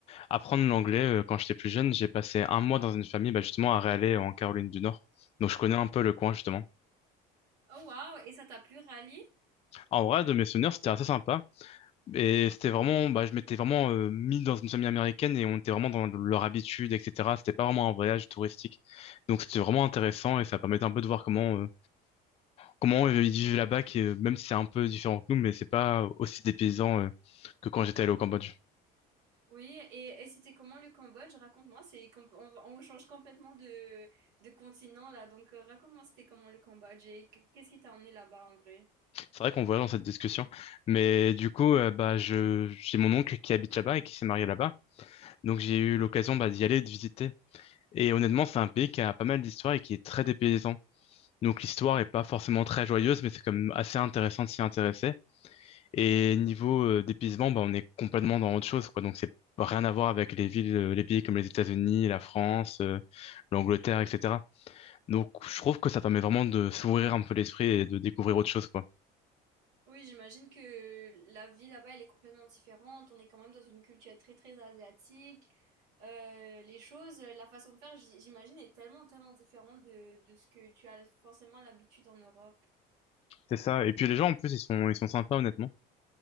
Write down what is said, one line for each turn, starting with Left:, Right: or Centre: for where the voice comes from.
Left: apprendre l'anglais, euh, quand j'étais plus jeune, j'ai passé un mois dans une famille bah, justement à Raleigh en Caroline du Nord. Donc je connais un peu le coin justement.
Right: Oh waouh! Et ça t'a plu, Rally?
Left: En vrai, de mes souvenirs, c'était assez sympa. Et c'était vraiment, bah, je m'étais vraiment euh, mis dans une famille américaine et on était vraiment dans leur habitude, etc. C'était pas vraiment un voyage touristique. Donc c'était vraiment intéressant et ça permettait un peu de voir comment, euh, comment ils vivent là-bas, qui, euh, même si c'est un peu différent que nous, mais c'est pas aussi dépaysant euh, que quand j'étais allé au Cambodge.
Right: Oui, et, et c'était comment le Cambodge? Raconte-moi, c'est com- on, on change complètement de, de continent là, donc euh, raconte-moi c'était comment le Cambodge et que- qu'est-ce qui t'a emmené là-bas en vrai?
Left: C'est vrai qu'on voit dans cette discussion. Mais du coup, euh, bah, je, j'ai mon oncle qui habite là-bas et qui s'est marié là-bas. Donc j'ai eu l'occasion bah, d'y aller et de visiter. Et honnêtement, c'est un pays qui a pas mal d'histoire et qui est très dépaysant. Donc l'histoire est pas forcément très joyeuse, mais c'est quand même assez intéressant de s'y intéresser. Et niveau euh, dépaysement, bah, on est complètement dans autre chose, quoi. Donc c'est rien à voir avec les villes, euh, les pays comme les États-Unis, la France, euh, l'Angleterre, etc. Donc, je trouve que ça permet vraiment de s'ouvrir un peu l'esprit et de découvrir autre chose, quoi.
Right: Oui, j'imagine que la vie là-bas, elle est complètement différente. On est quand même dans une culture très très asiatique. Euh, les choses, la façon de faire, j- j'imagine, est tellement tellement différente de, de ce que tu as forcément l'habitude en Europe.
Left: C'est ça. Et puis les gens en plus ils sont ils sont sympas honnêtement.